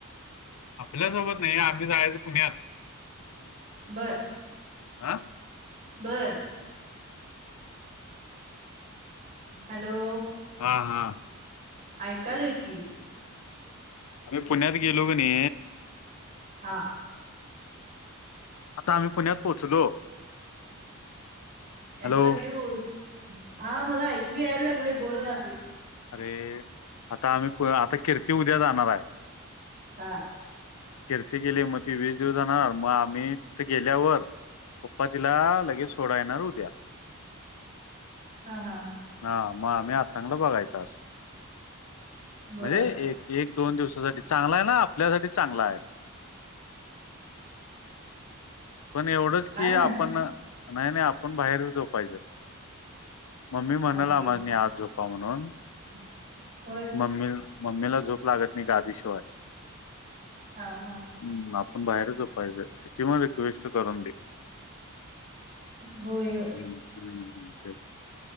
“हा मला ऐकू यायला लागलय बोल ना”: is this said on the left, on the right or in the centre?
Right